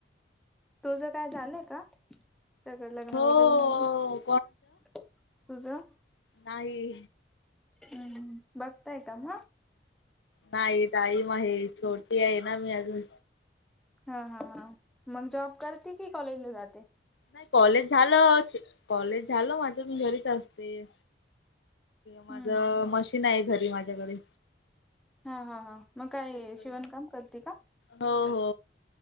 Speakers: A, in the centre; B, on the left.
A: तुझ काय झालंय का सगळं लग्न
B: हो
A: वगैरे तुझा
B: नाहीय
A: हम्म बघताय का म
B: नाही टाईम आहे छोटी आहे ना मी अजून
A: हा हा हा मग जॉब करते की कॉलेजला जाते
B: नाही कॉलेज झालं कॉलेज झालं माझ मी घरीच असते माझ
A: हम्म हम्म हम्म
B: मशीन आहे घरी माझ्याकडे
A: हा हा हा मग काय
B: ते कर.
A: शिवणकाम करते का
B: हो हो